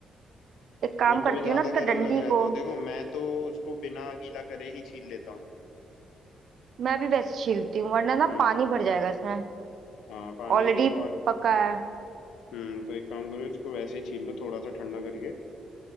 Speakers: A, on the right (about 65°); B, on the left (about 80°).
A: एक काम
B: अगर
A: करती
B: तुम्हें ज्यादा
A: हूँ ना इसका
B: गर्म
A: डंडी
B: लग रहा है
A: को
B: तो देखो मैं तो उसको बिना गीला करे ही छील लेता हूँ
A: मैं अभी वैसे छीलती हूँ वरना ना
B: हम्म
A: पानी भर जाएगा इसमें
B: हाँ पानी
A: ऑलरेडी
B: के स्वाद
A: पका है
B: हम्म तो एक काम करो इसको वैसे ही छील लो थोड़ा सा ठंडा करके